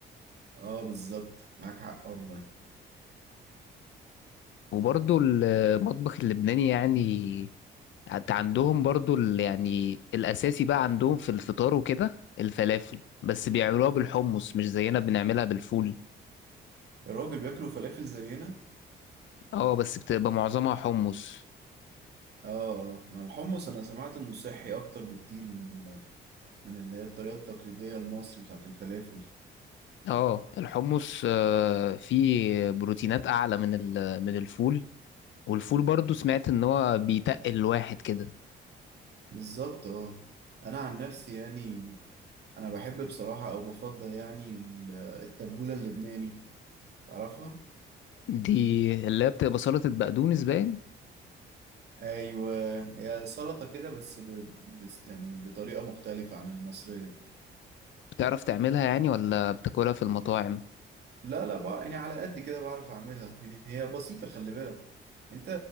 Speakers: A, on the right; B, on the left.
A: اه بالظبط معاك حق والله
B: وبرضو المطبخ اللبناني يعني حتى عندهم برضو ال- يعني الأساسي بقى عندهم في الفطار وكده الفلافل بس بيعملوها بالحمص مش زينا بنعملها بالفول
A: الراجل بياكلوا فلافل زينا
B: اه بس بتبقى معظمها حمص
A: اه آه. مع الحمص انا سمعت انه صحي اكتر بكتير من ال... من اللي هي الطريقه التقليديه المصري بتاعت الفلافل
B: اه الحمص آه، فيه بروتينات أعلى من ال- من الفول والفول برضو سمعت إن هو بيتقل الواحد كده
A: بالظبط اه انا عن نفسي يعني انا بحب بصراحه او بفضل يعني ال- التبوله اللبناني تعرفها
B: دي اللي هي بتبقى سلطة بقدونس باين
A: ايوه هي سلطه كده بس ب... بس يعني بطريقه مختلفه عن المصريه
B: بتعرف تعملها يعني ولا بتاكلها في المطاعم
A: لا لا بقى يعني على قد كده بعرف اعملها يعني هي بسيطة خلي بالك انت